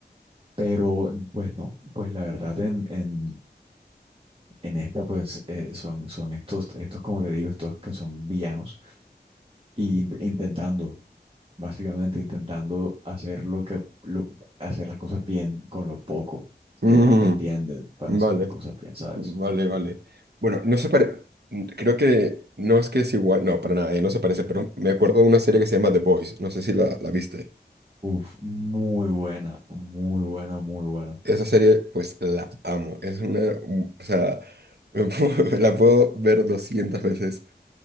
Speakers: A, on the right; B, on the right.
A: Pero, pues no, pues la verdad en, en, en esta, pues eh, son, son estos, estos, como te digo, estos que son villanos y int- intentando básicamente intentando hacer lo que lo- hacer las cosas bien con lo poco
B: Mm,
A: que entienden para
B: vale.
A: hacer las cosas bien, ¿sabes?
B: Vale, vale. Bueno, no se parece. Creo que no es que es igual. No, para nada, eh, no se parece, pero me acuerdo de una serie que se llama The Boys. No sé si la, la viste.
A: Uf, muy buena, muy buena, muy buena.
B: Esa serie, pues la amo. Es una. mm, O sea, me puedo- <laughs> la puedo ver 200 veces.